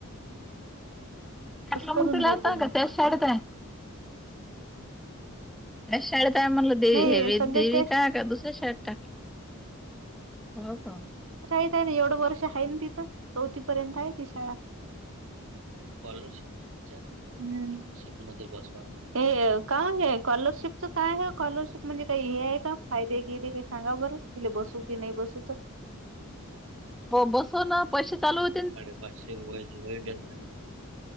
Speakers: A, in the centre; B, on the right.
A: काटला
B: बस करून
A: मग तुला
B: जातो
A: आता
B: मी
A: ग त्याच शाळेत आहे? त्याच आहे म्हणटलं देवी
B: नाही
A: हेवी
B: सध्या
A: देवीका
B: त्या
A: का दुसर्या शाळेत टाकलं? हो हो.
B: शाळेत आहे ना एवढं वर्ष आहे ना तिथं चौथी पर्यंत आहे ती शाळा. कॅलर शिपच्या हम्म मध्ये बसवला. हे काय हे स्कॉलरशिपच काय आहे स्कॉलरशिप म्हणजे काही हे आहे का फायदे गियदे काही सांगा बरं? तिले बसू की नाही बसूत.
A: हो बसोना पैसे चालु हो
B: साडेपाचशे <unintelligible>